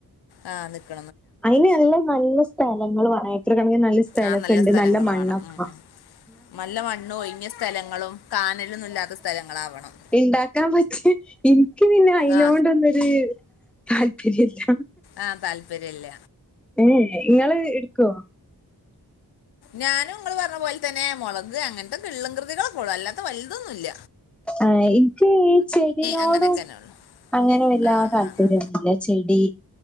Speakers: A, on the left (about 70°); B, in the centre.
A: ആ നിക്
B: അയ്ന് എല്ലം നല്ല സ്ഥലങ്ങള് വാണം ഏക്കറക്കണക്കിന് നല്ല സ്ഥലക്ക്ണ്ട്
A: ആ സ്ഥലങ്ങൾ
B: നല്ല മണ്ണൊ
A: വേണം ഉം,
B: ആ
A: ഉം. നല്ല മണ്ണും ഒയിഞ്ഞ സ്ഥലങ്ങളും കാനലൊന്നില്ലാത്ത സ്ഥലങ്ങളാവണം.
B: ഇണ്ടാക്കാം പറ്റിയാ ഇൻക്ക് പിന്നെ അയിനോണ്ടൊന്നരു
A: ആ
B: താല്പര്യല്ല
A: ആ താല്പര്യല്ല
B: എ ഏ ഇങ്ങള് ഇട്ക്കോ
A: ഞാനും ഇങ്ങള് പർഞ്ഞ പോൽ തന്നെ മൊളക് അങ്ങൻത്തക്കെ ഇള്ള്ൻ കൃതികളൊക്കൊള്ളു അല്ലാത്ത വൽതൊന്നൂല്ല
B: ആ ഇൻക്ക് ഈ ചെടിനോടും
A: അങ്ങനെയൊക്കെ തന്നെ ഉള്ളു
B: അങ്ങന വല്ലാ
A: ആ
B: താല്പര്യൊന്നുല്ല
A: ആ ആ
B: ചെടി